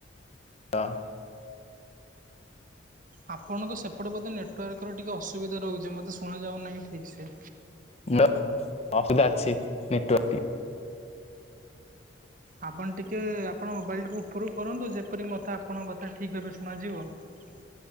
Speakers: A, on the left; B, on the right.
A: ଡହ।
B: ଆପଣଙ୍କ ସେପଟେ ବୋଧେ ନେଟୱାର୍କର ଟିକେ ଅସୁବିଧ ରହୁଛି ମୋତେ ଶୁଣାଯାଉନାହିଁ ଠିକ୍ ସେ।
A: ଲ ଅସୁବଧା ଅଛି ନେଟୱା
B: ଆପଣ ଟିକିଏ ଆପଣ ମୋବାଇଲକୁ ଉପରକୁ କରନ୍ତୁ ଯେପରି ମୋତେ ଆପଣଙ୍କ କଥା ଠିକ୍ ଭାବେ ଶୁଣାଯିବ। ହଁ